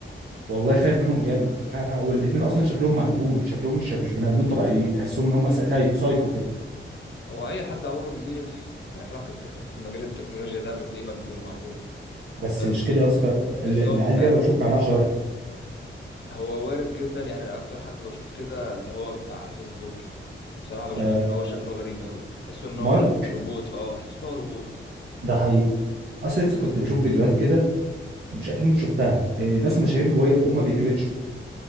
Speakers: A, on the right; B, on the left.
A: والله خايف منهم جامد خ... خ- هو الاثنين اصلا شكلهم مغبول شكلهم مش مش بني ادمين طبيعيين تحسهم ان هم سا- سايكو سايكو كده
B: هو اي حد عموما ليه في <laughs> علاقه في مجال التكنولوجيا ده بتلاقيه مجنون عموما
A: بس
B: بس
A: مش كده يا اسطى ال-
B: بس
A: العيال
B: هو فعلا
A: دي انا بشوف في عينها شر
B: هو وارد جدا يعني اكتر حد بشوف كده اللي هو بتاع فيسبوك كده بصراحه بشوف
A: آه
B: ان هو شكله غريب قوي يعني. تحسه ان هو
A: مارك
B: ر- روبوت اه تحسه ان هو روبوت
A: ده حقيقي اصلا لسه كنت بشوف فيديوهات كده مش اكيد انت شفتها آه ناس
B: اه
A: مشاهير وهي- وهم بيجلتشوا